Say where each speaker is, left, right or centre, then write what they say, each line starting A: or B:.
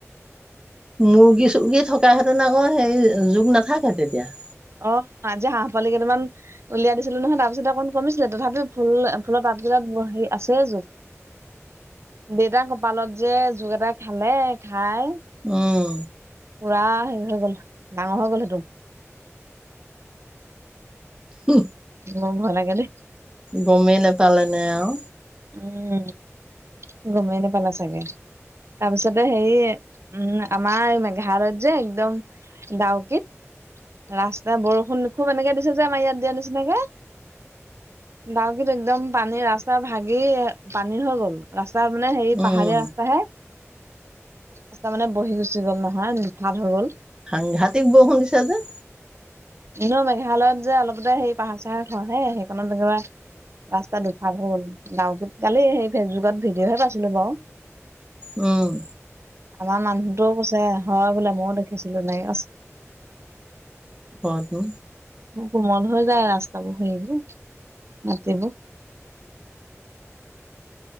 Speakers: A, on the right (about 15°); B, on the right (about 60°).
A: মুৰ্গী চুৰ্গী থকা হেতেন আকৌ হে যোক নাথাকে তেতিয়া
B: অ আজি হাঁহ পোৱালি কেইটামান উলিয়াই দিছিলো নহয় তাৰপিছত অকণ কমিছিলে তথাপি ফুল ফুলৰ তাত কেইটাত হেৰি আছে জোক দেউতাৰ কপালত যে জোক এটা খালে খাই
A: উম,
B: পুৰা হেৰি হৈ গল ডাঙৰ হৈ গ'ল সেইটো
A: উম
B: সেইটো মোৰ ভয় লাগে দে
A: গমেই নোপালে নে আৰু
B: উম গমেই নেপালে চাগে তাৰপিছতে হেৰি উম আমাৰ এই মেঘালয়ত যে একদম ডাউকিত ৰাস্তা বৰষুণ খুব এনেকে দিছে যে আমাৰ ইয়াত দিয়া নিচিনাকে ডাউকিত একদম পানী ৰাস্তা ভাগ কি পানী হৈ গ'ল ৰাস্ত তাৰ মানে হেৰি পাহাৰীয়া
A: উম,
B: ৰাস্তাাহে ৰাস্তা মানে বহি গুচি গ'ল নহয় দুফাল হৈ গ'ল
A: সাংঘতিক বৰষুণ দিছে যে
B: এনেউ মেঘালয়ত যে অলপতে হেই পাহাৰ চাহাৰ খহে সেইখনত একেবা ৰাস্তা দুফাত হৈ গ'ল গাওঁত কালি সেই ফেচবুকত ভিডিঅ'হে পাইছিলো বাৰু
A: উম
B: আমাৰ মানুহটোও কৈছে হয় বোলে মইও দেখিছিলো নাই ক
A: অ তু
B: কোমল হৈ যায় ৰাস্তাবোৰ সেই বোৰ মতিবোৰ